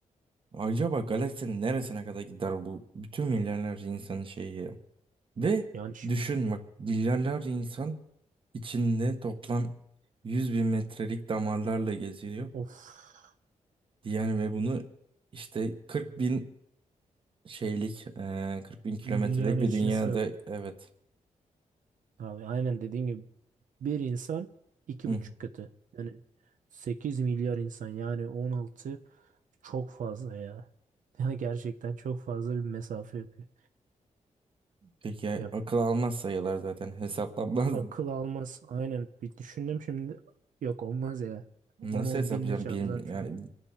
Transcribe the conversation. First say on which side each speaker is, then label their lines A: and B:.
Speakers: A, on the right; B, on the right.
A: Acaba galaksinin neresine kadar gider bu bütün milyarlarca insanın şeyi ya? Ve
B: Yani şimdi,
A: düşün bak milyarlarca insan içinde toplam 100 bin metrelik damarlarla geziliyor
B: of
A: Yani ve bunu işte 40 bin şeylik eee 40 bin kilometrelik
B: dünyanın
A: bir
B: içine
A: dünyada
B: sığ.
A: evet.
B: Abi aynen dediğin gibi bir insan iki
A: Hı
B: buçuk
A: hı.
B: katı. Yani 8 milyar insan yani on altı çok fazla ya. <laughs> Ya gerçekten çok fazla bir mesafe yapıyor.
A: Peki ya,
B: Ya
A: akıl almaz sayılar zaten hesaplanmaz.
B: akıl almaz. Aynen bir düşündüm şimdi. Yok olmaz ya.
A: <laughs> Nasıl
B: Onu o
A: hesaplayacağım?
B: binle çarpsan
A: Bir, yani,
B: şurada.